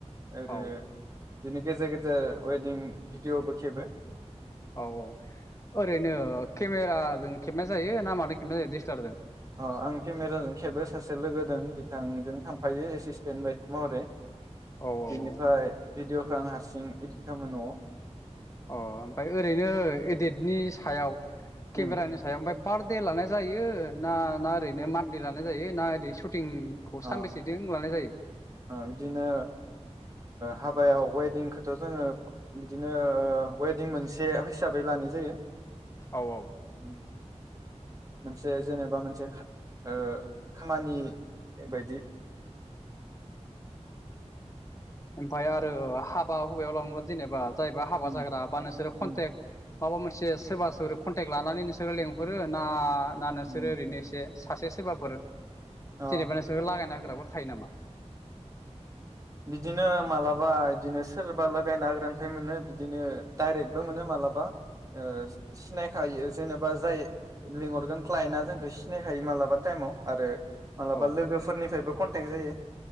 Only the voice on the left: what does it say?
औ
औ औ ओरैनो केमेराजों खेबनाय जायो ना माजों खेबनाय जायो डे एस एल र जों
औ औ
औ
अ ओमफ्राय ओरैनो एडेटनि सायाव। केमेरानि
सायाव ओमफ्राय। पार दे लानाय जायो ना ना ओरैनो मान्थलि लानाय जायो ना ओरैनो सु सुटिंखौ ओरैनो
सानबेसेजों लानाय जायो।
औ औ।
ओमफाय आरो हाबा हुबायाव लांङोबा जेनेबा जायबा हाबा
जाग्रा बा नोंसोरो कनटेक।
माबा मोनसे सोरबा सोर कन्टेक्ट लानानै नोंसोरो लेंहरो ना ना नोंसोरो
ओरैनो एसे सासे सोरबाफोर
जेरैबा नोंसोरो लागायना। होग्राफोर थायो नामा?
औ